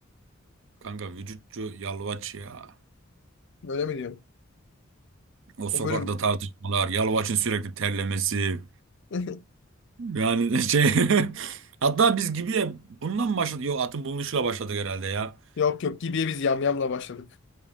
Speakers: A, on the right; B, on the left.
A: Kanka vücutçu Yalvaç ya.
B: Öyle mi diyorum?
A: O
B: O
A: sokakta
B: bölüm...
A: tartışmalar, Yalvaç'ın sürekli terlemesi.
B: <laughs>
A: Yani şey <laughs> hatta biz gibi ya bundan mı başladık? Yok atın bulunuşuyla başladık herhalde ya.
B: Yok yok gibiye biz yamyamla başladık.